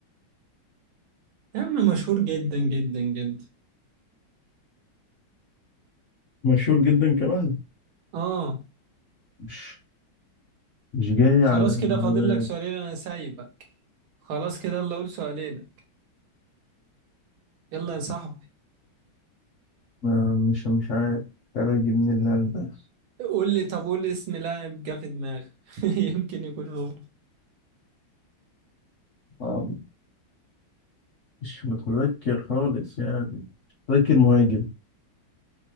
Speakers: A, on the right; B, on the left.
A: يا عم مشهور جدا جدا جدا
B: مشهور جدا كمان
A: اه
B: مش مش جاي
A: خلاص
B: على
A: كده
B: على
A: فاضل
B: بالي.
A: لك سؤالين انا سايبك خلاص كده يلا قول سؤالينك يلا يا صاحبي
B: آه، مش مش عارف مش عارف أجيب مين اللاعب ده
A: قول لي طب قول لي اسم لاعب جه في دماغك <laughs> يمكن يكون هو
B: آه، مش متذكر خالص يعني متذكر مهاجم